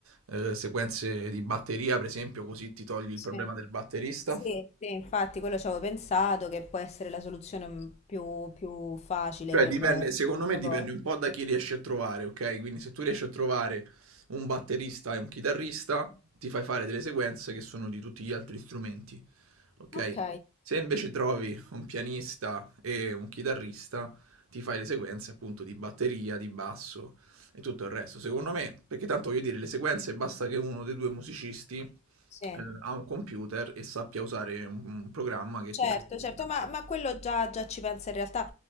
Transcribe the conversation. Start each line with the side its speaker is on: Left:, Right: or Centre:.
Right: eh, sequenze di batteria, per esempio, così ti togli il
Left: Sì.
Right: problema del batterista
Left: Sì, sì, infatti quello ci avevo pensato che può essere la soluzione più, più facile
Right: Cioè,
Left: per
Right: Non so dipende,
Left: per
Right: se... secondo
Left: questa
Right: me dipende
Left: cosa.
Right: un po' da chi riesci a trovare, ok? Quindi se tu riesci a trovare un batterista e un chitarrista, ti fai fare delle sequenze che sono di tutti gli altri strumenti, ok?
Left: Ok,
Right: Se invece trovi un pianista e un chitarrista, ti fai le sequenze appunto di batteria, di basso e tutto il resto. Secondo me, perché tanto voglio dire, le sequenze basta che uno dei due musicisti eh,
Left: sì.
Right: ha un computer e sappia usare un, un programma che
Left: Certo,
Right: ti permette
Left: certo,
Right: di trasferire,
Left: ma, ma quello già, già ci pensa in realtà